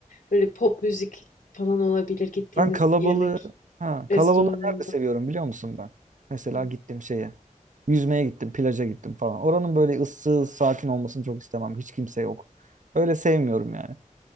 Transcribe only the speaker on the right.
Ben kalabalığı
ha, kalabalığı
nerede seviyorum biliyor musun ben? Mesela
gittim şeye. Yüzmeye gittim, plaja gittim falan. Oranın böyle ıssız, sakin olmasını çok istemem. Hiç kimse yok. Öyle sevmiyorum yani.